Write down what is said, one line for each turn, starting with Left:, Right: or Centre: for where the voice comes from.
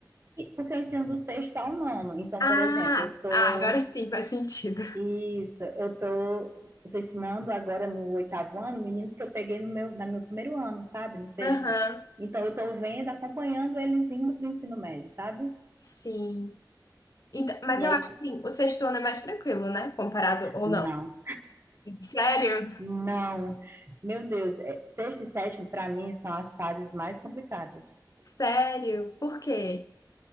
Right: E porque eu ensino do sexto ao nono. Então,
Left: Ah,
Right: por exemplo, eu tô.
Left: ah, agora sim faz sentido.
Right: Isso, eu tô, eu tô ensinando agora no oitavo ano meninos que eu peguei no meu, no meu primeiro ano, sabe? No sexto.
Left: Aham,
Right: Então, eu tô vendo, acompanhando eles indo para o ensino médio, sabe?
Left: sim. Então, mas
Right: E
Left: eu
Right: aí,
Left: acho assim, o sexto ano é mais tranquilo, né? Comparado ou
Right: não.
Left: não? Sério?
Right: Não, meu Deus, é, sexto e sétimo para mim são as fases mais complicadas,
Left: Sério? Por quê?